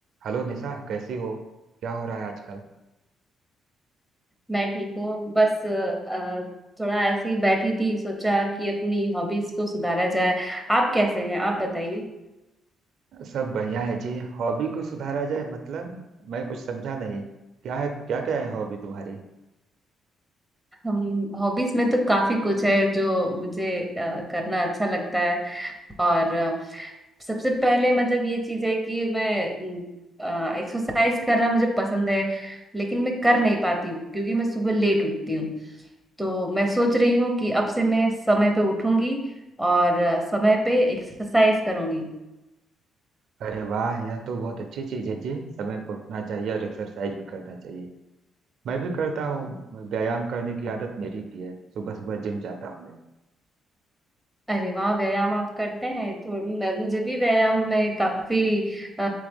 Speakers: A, on the right; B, in the centre.
A: Hello Nisha कैसी हो क्या हो रहा है आजकल
B: मैं ठीक हूँ बस अ, थोड़ा ऐसे ही बैठी थी सोचा कि अपनी हॉबीज को सुधारा जाए आप कैसे हैं आप बताइए
A: सब बढ़िया है जी हॉबी को सुधारा जाए मतलब मैं कुछ समझा नहीं क्या है क्या क्या है हॉबी तुम्हारी
B: हम हॉबीज में तो काफी कुछ है जो मुझे अ, करना अच्छा लगता है और अ, सबसे पहले मतलब ये चीज है कि मैं एक्सरसाइज करना मुझे पसंद है लेकिन मैं कर नहीं पाती हूँ क्योंकि मैं सुबह लेट उठती हूँ तो मैं सोच रही हूँ कि अब से मैं समय पे उठूंगी और अ, समय पे एक्सरसाइज करूंगी
A: अरे वाह यह तो बहुत अच्छी चीज है जी समय पर उठना चाहिए और एक्सरसाइज भी करना चाहिए मैं भी करता हूँ व्यायाम करने की आदत मेरी भी है सुबह सुबह जिम जाता हूँ मैं
B: अरे वाह व्यायाम आप करते हैं तो मैं, मुझे भी व्यायाम में काफी आ,